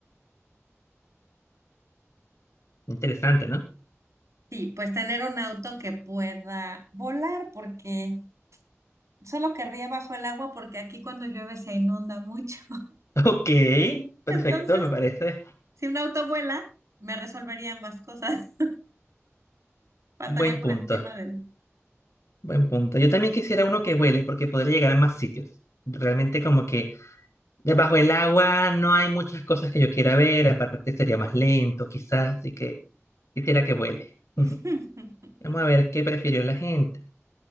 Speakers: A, on the left (about 65°); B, on the right (about 70°).
A: Interesante, ¿no?
B: Sí, pues tener un auto que pueda volar porque solo querría bajo el agua porque aquí cuando llueve se inunda mucho.
A: <laughs> Ok,
B: <laughs>
A: perfecto,
B: Entonces,
A: me parece.
B: si un auto vuela, me resolvería ambas cosas. Pasaría
A: Buen
B: por
A: punto,
B: encima de él.
A: buen punto. Yo también quisiera uno que vuele porque podría llegar a más sitios. Realmente como que debajo el agua no hay muchas cosas que yo quiera ver, aparte sería más lento quizás, así que quisiera que vuele. <laughs>
B: <laughs>
A: Vamos a ver qué prefirió la gente.